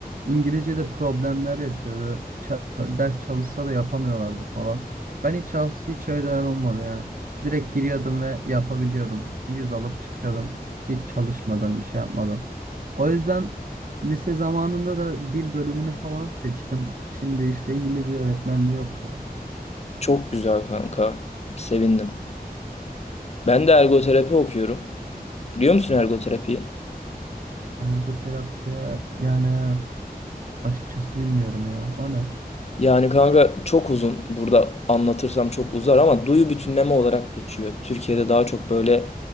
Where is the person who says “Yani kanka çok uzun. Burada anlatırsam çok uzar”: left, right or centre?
Left